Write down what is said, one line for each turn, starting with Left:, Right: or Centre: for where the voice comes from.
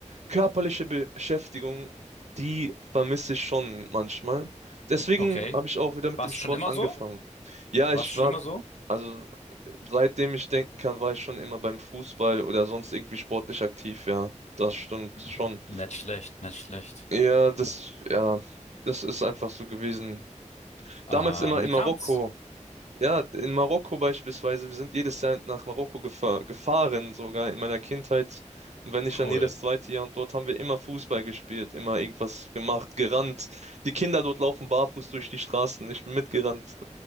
Right: körperliche Beschäftigung, die vermisse ich schon manchmal. Deswegen
Left: Okay.
Right: habe ich auch wieder mit
Left: Warst
Right: dem Sport
Left: du schon immer
Right: angefangen.
Left: so?
Right: Ja,
Left: Warst
Right: ich
Left: du
Right: war
Left: schon immer so?
Right: Also seitdem ich denken kann, war ich schon immer beim Fußball oder sonst irgendwie sportlich aktiv, ja. Das stimmt
Left: <laughs>
Right: schon.
Left: Nicht schlecht, nicht schlecht.
Right: Ja, das, ja, das ist einfach so gewesen.
Left: Ähm,
Right: Damals immer in
Left: wie kam's?
Right: Marokko. Ja, in Marokko beispielsweise. Wir sind jedes Jahr nach Marokko gefa gefahren, sogar in meiner Kindheit. Und wenn nicht
Left: Cool.
Right: dann jedes zweite Jahr. Und dort haben wir immer Fußball gespielt, immer irgendwas gemacht, gerannt. Die Kinder dort laufen barfuß durch die Straßen. Ich bin mitgerannt.